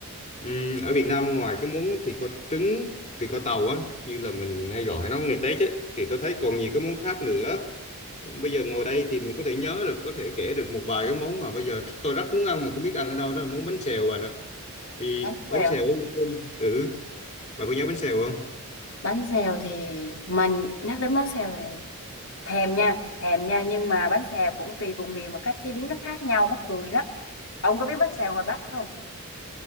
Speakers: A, on the left (about 30°); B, on the left (about 60°).
A: Ừm, ở Việt Nam ngoài cái món thịt kho trứng thịt kho tàu á như là mình hay gọi hay nói ngày Tết ấy, thì tôi thấy còn nhiều cái món khác nữa bây giờ ngồi đây thì mình có thể nhớ được có thể kể được một vài cái món mà bây giờ tôi rất muốn ăn mà không biết ăn ở đâu đó là món bánh xèo bạn ạ thì
B: bánh
A: bánh
B: xèo
A: xèo ừ Bà có nhớ bánh xèo không?
B: bánh xèo thì mình nhắc đến bánh xèo là thèm nha thèm nha nhưng mà bánh xèo cũng tùy vùng miền mà cách chế biến nó khác nhau mắc cười lắm ông có biết bánh xèo ngoài Bắc không